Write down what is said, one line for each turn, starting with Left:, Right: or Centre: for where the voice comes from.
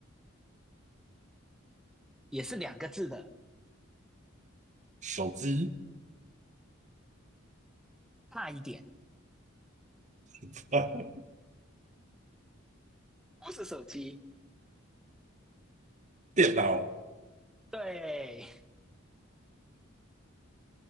Centre: 也是两个字的，
Right: 手机、
Centre: 差一点，
Right: <laughs>
Centre: 不是手机。
Right: 电脑，
Centre: 对，